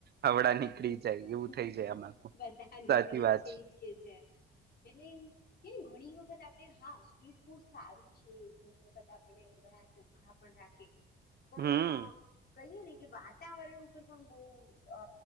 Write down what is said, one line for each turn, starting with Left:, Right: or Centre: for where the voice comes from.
Right: હવડા નીકળી
Left: <unintelligible>
Right: જાય એવું થઈ જાય આમાં તો.
Left: બધા નીકળેજ
Right: સાચી વાત
Left: છે ઇજ કે છે. એટલી કે ઘણી વખત આપણે હા સ્ટ્રીટ ફૂડ સારું છે ઘણી વખત આપણ ને ઘણા ચો ખા પણ રાખે પણઅ
Right: હમ
Left: કહીએ ને કે, વાતાવરણ ઉપર પણ બહુ અ